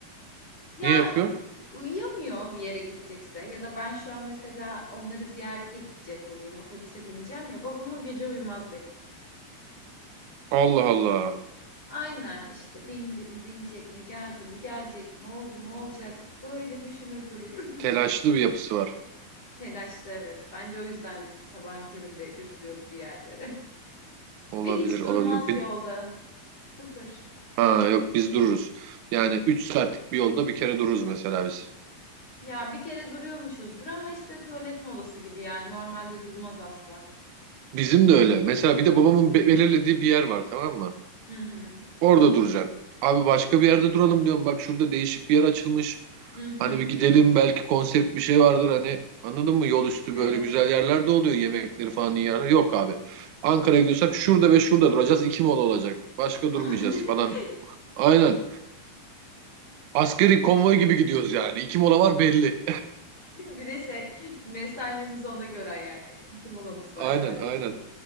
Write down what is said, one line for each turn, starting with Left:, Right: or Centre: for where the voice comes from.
Left: Ya
Right: Niye yapıyor?
Left: uyuyamıyor bir yere gidecekse ya da ben şu an mesela onları ziyarete gidecek olayım, otobüse bineceğim ya babam o gece uyumaz benim.
Right: Allah Allah.
Left: Aynen işte bindi mi binecek mi geldi mi gelecek mi oldu mu olacak mı böyle düşünür durur. <laughs>
Right: Telaşlı bir yapısı var.
Left: Telaşlı evet. Bence o yüzden bizi sabahın köründe götürüyordu bir yerlere. <laughs>
Right: Olabilir,
Left: Ve hiç
Right: olabilir.
Left: durmaz
Right: Bir,
Left: yolda. Sıfır.
Right: ha yok biz dururuz. Yani 3 saatlik bir yolda bir kere dururuz mesela biz.
Left: Ya bir kere duruyormuşuzdur ama işte tuvalet molası gibi yani normalde durmaz asla.
Right: Bizim de öyle. Mesela bir de babamın be- belirlediği bir yer var tamam mı?
Left: Hı hı.
Right: Orada duracaksın. Abi başka bir yerde duralım diyorum. Bak şurada değişik bir yer açılmış.
Left: Hı hı.
Right: Hani bir gidelim belki konsept bir şey vardır hani anladın mı? Yol üstü
Left: Evet.
Right: böyle güzel yerler de oluyor yemekleri falan iyi yerler. Yok abi. Ankara'ya gidiyorsak şurada ve şurada duracağız. iki mola olacak. Başka
Left: <laughs>
Right: durmayacağız falan. Aynen. Askeri konvoy gibi gidiyoruz yani. İki mola var belli.
Left: Bir de şey mesanenizi ona göre ayarlayın. İki molamız
Right: <laughs>
Left: var
Right: Aynen
Left: sadece.
Right: aynen